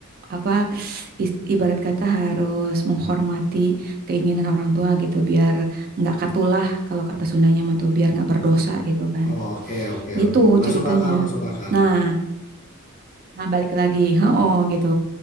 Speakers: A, on the right; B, on the left.
A: apa is- ibarat kata harus menghormati keinginan orang tua gitu biar nggak katulah kalau kata Sundanya mah tuh biar nggak berdosa gitu kan
B: Oh, oke, oke,
A: gitu
B: oke. Masuk
A: ceritanya
B: akal, masuk akal.
A: nah nah balik lagi oh gitu